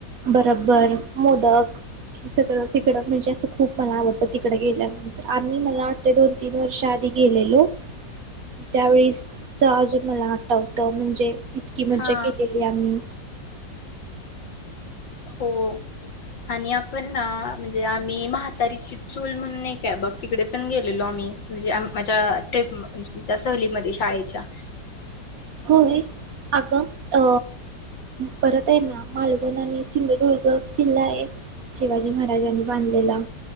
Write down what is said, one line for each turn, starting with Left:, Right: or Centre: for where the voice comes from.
Right: बरोबर मोदक हे सगळं तिकडं म्हणजे असं खूप मला आवडतं, तिकड गेल्यानंतर आम्ही मला वाटते दोन तीन वर्षा आधी गेलेलो त्यावेेळेस अजून मला आठवतं म्हणजे इतकी मज्जा
Left: हा
Right: केलेली आम्ही.
Left: हो आणि आपण ना म्हणजे आम्ही म्हातारीची चूल म्हणून एके बग तिकडे पण गेलेलो आम्ही म्हणजे माझ्या ट्र्रीप त्या सहलीमध्ये शाळेच्या
Right: होय अग अ परत आहे ना मालवण आणि सिंधुदुर्ग किल्ला आहे शिवाजी महाराजांनी बांधलेला.